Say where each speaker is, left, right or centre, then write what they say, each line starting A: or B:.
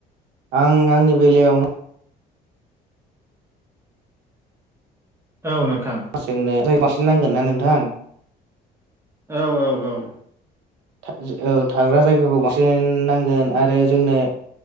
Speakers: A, on the right (about 90°); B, on the right (about 15°).
A: आं आंनि बेलायाव
B: औ नोंथां।
A: जोंनो <unintelligible> बांसिन नांगोन ना नोंथां
B: औ-औ-औ
A: था औ थाग्रा जायगाखौ बांसिन नांगोन आरो जोंनो